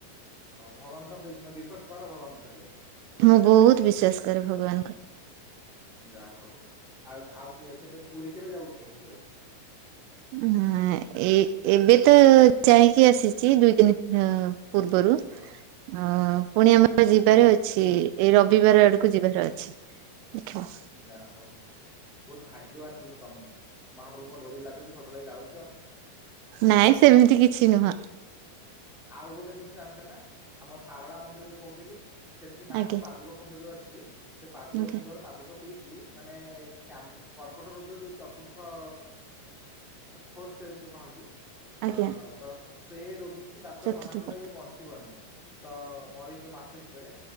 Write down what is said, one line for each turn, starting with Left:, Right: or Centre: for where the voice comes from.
Centre: ଭଗବାନ ବି। ବିଶ୍ୱାସ କର ଭଗବାନକୁ ତାହାଲେ?
Right: ମୁଁ ବହୁତ ବିଶ୍ଵାସ କରେ ଭଗବାନଙ୍କୁ।
Centre: ଯାଆ ହଉ। ଆଉ ଆଉ କେବେ ପୁରୀ କେବେ ଯାଉଛ ହୋମରେ
Right: ହଁ ଏ ଏବେ ତ ଯାଇକି ଆସିଛି ଦୁଇଦିନି ହ ପୂର୍ବରୁ।
Centre: ହଁ
Right: ହଁ ପୁଣି ଆମର ଯିବାର ଅଛି ଏଇ ରବିବାର ଆଡକୁ ଯିବାର ଅଛି। ଆଚ୍ଛା।
Centre: ଯାହା ହଉ। ବହୁତ ଭାଗ୍ୟବାନ କିନ୍ତୁ ତମେ ମହାପ୍ରଭୁଙ୍କ ଡୋରି ଲାଗୁଛି ସବୁବେଳେ ଯାଉଛ।
Right: ନାଇଁ ସେମିତି କିଛି ନୁହଁ।
Centre: ଆଉ ଗୋଟେ ଜିନିଷ ଆଣିଛ ନା ଆମ ଶାରଳା ମନ୍ଦିର ଯୋଉ କହୁଥିଲି ସେଠି ମାଙ୍କ
Right: ଆଜ୍ଞା
Centre: ପାଦୁକ କୁଣ୍ଡ ଯୋଉ ଅଛି ସେ ପାଦୁକ
Right: ଆଜ୍ଞା
Centre: କୁଣ୍ଡର ପାଦୁକ ପିଇକି ମାନେ କ୍ୟାନ୍ କର୍କଟ ରୋଗର ଯୋଉ ଚତୁର୍ଥ ଫୋର୍ ଷ୍ଟେଜ ଯୋଉ କହନ୍ତି
Right: ଆଜ୍ଞା
Centre: ଅ ତ ସେ ରୋଗୀ କି ଡାକ୍ତର
Right: ଚତୁର୍ଥ
Centre: ମନାକଲେ
Right: କଥା।
Centre: ଇଏ ବଞ୍ଚିବନି। ତ ମରିଯିବ ମାସେ ଭିତରେ।